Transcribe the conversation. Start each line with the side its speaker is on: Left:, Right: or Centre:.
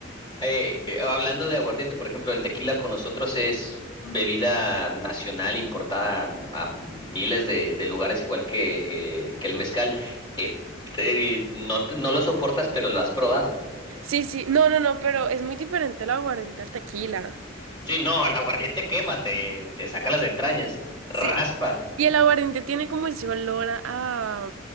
Left: Eh, eh, hablando de aguardiente, por ejemplo, el tequila con nosotros es bebida nacional importada a, a miles de, de lugares, igual que, eh, que el mezcal. Eh, te- no, te- no lo soportas, pero lo has probado.
Right: Sí, sí, no, no, no, pero es muy diferente el aguardiente al tequila.
Left: Sí, no, el aguardiente quema, te, te saca las entrañas, raspa,
Right: Sí. Y el aguardiente tiene como ese olor a, a,